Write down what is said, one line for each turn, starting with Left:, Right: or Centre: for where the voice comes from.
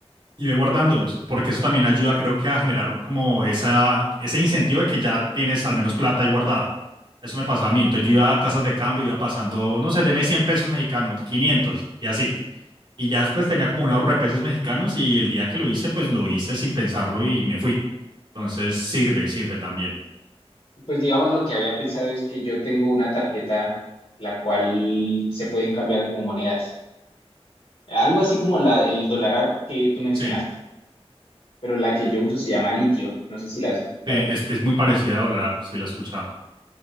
Right: y ve guardándolos, porque eso también ayuda, creo que, a generar como esa, ese incentivo de que ya tienes al menos plata ahí guardada. Eso me pasaba a mí. Entonces yo iba a casas de cambio, iba pasando, no sé, deme 100 pesos mexicanos, 500 y así. Y ya después tenía como un ahorro de pesos mexicanos y el día que lo hice, pues lo hice sin pensarlo y me fui. Entonces sirve, sirve también.
Left: Pues digamos lo que había pensado es que yo tengo una tarjeta la cual se pueden cambiar como monedas. Algo así como la, el dólar app que tú mencionaste,
Right: Sí,
Left: pero la que yo uso se llama Litio, no sé si la has escuchado.
Right: sí, es, es muy parecida a Dólar App, sí la he escuchado.